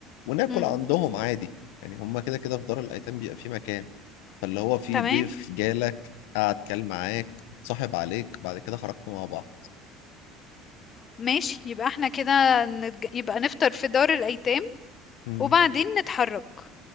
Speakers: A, on the left; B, on the left.
A: وناكل
B: امم
A: عندهم عادي يعني هما كده كده في دار الأيتام بيبقى في مكان فاللي هو في
B: تمام
A: ضيف جالك قعد كان معاك صاحب عليك بعد كده خرجتوا مع بعض
B: ماشي يبقى احنا كده نتج... يبقى نفطر في دار الأيتام
A: مم.
B: وبعدين نتحرك